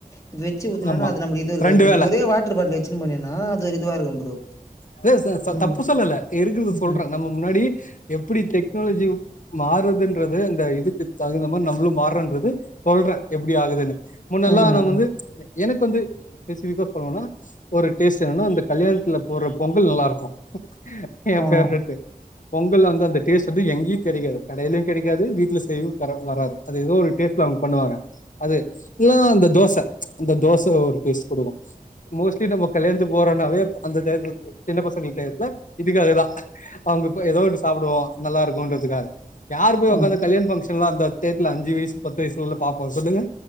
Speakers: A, on the left; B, on the left.
A: இப்ப வச்சு ஊத்துனன்னா
B: ஆமா
A: அது நம்ம இது இருக்காது
B: ரெண்டு வேல
A: இப்ப ஒரே வாட்டர் பாட்டில் வச்சு போனின்னா அது ஒரு இதுவா இருக்கு ப்ரோ
B: இதே ச ச
A: ம்
B: தப்பு சொல்லல இருக்குறத சொல்றே
A: ம்
B: நம்ம முன்னாடி எப்டி டெக்னாலஜி மாறுதுன்றது அந்த இதுக்கு தகுந்த மாதிரி நம்மளு மாறுறன்றது சொல்றே எப்டி ஆகுதுன்னு முன்னெல்லா
A: ம்
B: நான்
A: ஆ
B: வந்து எனக்கு வந்து ஸ்பெசிபிக்காக சொல்லணோன்னா ஒரு டேஸ்ட் என்னன்னா அந்த கல்யாணத்துல போடுற பொங்கல் நல்லா இருக்கு எ
A: ஆ
B: பேஃவரட்டு பொங்கல் வந்து அந்த டேஸ்ட் வந்து எங்கயு கெடைகாது கடையிலயு கெடைகாது வீட்டல செய்யவு வ வராது அது ஏதோ ஒரு டேஸ்ட்ல அவங்க பண்ணுவாங்க அது எ அந்த தோச அந்த தோசை ஒரு டேஸ்ட் கொடுக்கு மோஸ்ட்லி நம்ம கல்யாணத்து போறோனாவே அந்த தேத்து சின்ன பசங்கள டையத்துல இதுக்காக தா அவங்க ஏதோன்று சாப்படுவ நல்லா இருக்குன்றதுக்காக யாரு போய் உட்காந்து
A: ஆ
B: கல்யணன ஃபங்கஷலா அந்தத்து டேட்ல அஞ்சு வயசு பத்து வயசுலல பாப்பா சொல்லுங்க